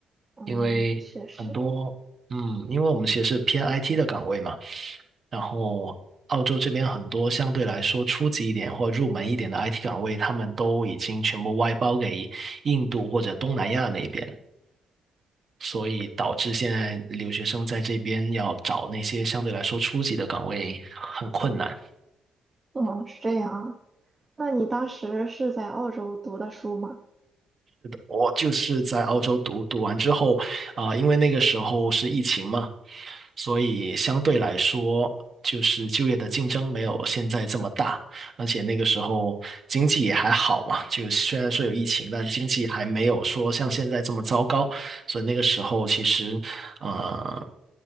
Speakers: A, on the right (about 25°); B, on the right (about 45°).
A: 嗯，
B: 因为很多，
A: 确实。
B: 嗯，因为我们其实是偏 IT 的岗位嘛，然后澳洲这边很多相对来说初级一点或入门一点的 IT 岗位，他们都已经全部外包给印度或者东南亚那边，所以导致现在留学生在这边要找那些相对来说初级的岗位很困难。
A: 嗯，是这样啊。那你当时是在澳洲读的书吗？
B: 我就是在澳洲读，读完之后啊、因为那个时候是疫情嘛，所以相对来说，就是就业的竞争没有现在这么大，而且那个时候经济也还好嘛，就虽然说有疫情，但经济还没有说像现在这么糟糕，所以那个时候其实呃，